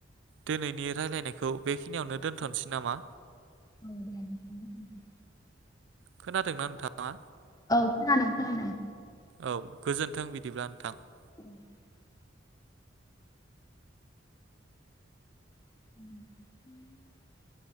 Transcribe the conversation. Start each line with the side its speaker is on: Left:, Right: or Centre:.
Right: दिनैनि रायलायनायखौ बेखिनियावनो दोन्थ'नोसै नामा?
Left: औ दे नोंथां दोन्थ'नोसै
Right: खोनादोंना नोंथाङा?
Left: औ खोनादों खोनादों
Right: औ गोजोन्थों बिदिब्ला नोंथां ।
Left: <inaudible> <inaudible>